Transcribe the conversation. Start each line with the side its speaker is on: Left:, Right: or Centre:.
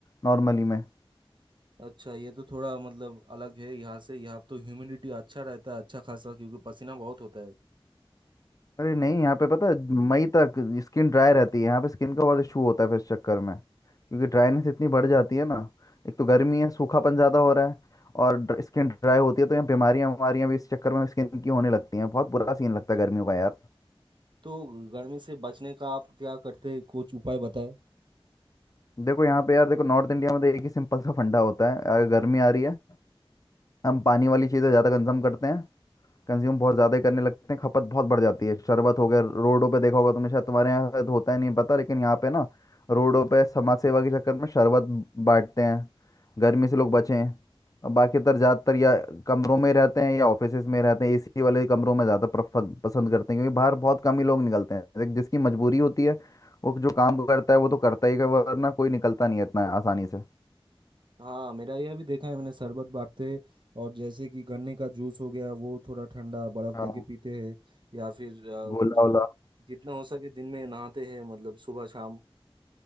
Left: नॉर्मली में
Right: अच्छा ये तो थोड़ा मतलब अलग है यहाँ से यहाँ तो ह्यूमिडिटी अच्छा रहता है अच्छा खासा क्योंकि पसीना बहुत होता है
Left: अरे नहीं यहाँ पे पता है मई तक स्किन ड्राई रहती है यहाँ पे स्किन का बहुत इशू होता है फिर इस चक्कर में क्योंकि ड्राइनेस इतनी बढ़ जाती है ना एक तो गर्मी है सूखापन ज़्यादा हो रहा है और स्किन ड्राई होती है तो यहाँ बीमारियाँ बीमारियाँ भी इस चक्कर में स्किन की होने लगती हैं बहुत बुरा सीन लगता है गर्मियों का यार
Right: तो गर्मी से बचने का आप क्या करते हैं कुछ उपाय बताएं
Left: देखो यहाँ पे यार देखो नॉर्थ इंडिया में तो एक ही सिंपल सा फंडा होता है अगर गर्मी आ रही है हम पानी वाली चीज़ें ज़्यादा कंज्यूम करते हैं कंज्यूम बहुत ज़्यादा ही करने लगते हैं खपत बहुत बढ़ जाती है शरबत हो गया रोडों पे देखा होगा तुमने शायद तुम्हारे यहाँ शायद होता ही नहीं पता लेकिन यहाँ पे ना रोडों पे समाज सेवा के चक्कर में शरबत बांटते हैं गर्मी से लोग बचें और बाकी तर ज़्यादातर या कमरों में रहते हैं या ऑफिसेज में रहते हैं एसी वाले कमरों में ज़्यादा प्रफ- पसंद करते हैं क्योंकि बाहर बहुत कम ही लोग निकलते हैं एक जिसकी मजबूरी होती है वो जो काम करता है वो तो करता ही है वरना कोई निकलता नहीं है इतना आसानी से
Right: हाँ मेरा यह भी देखा है मैंने शरबत बांटते हैं, और जैसे कि गन्ने का जूस हो गया वो थोड़ा ठंडा बर्फ
Left: हाँ
Right: दे के पीते हैं या फिर अ,
Left: गोला
Right: जित
Left: वोला
Right: जितना हो सके दिन में नहाते हैं मतलब सुबह शाम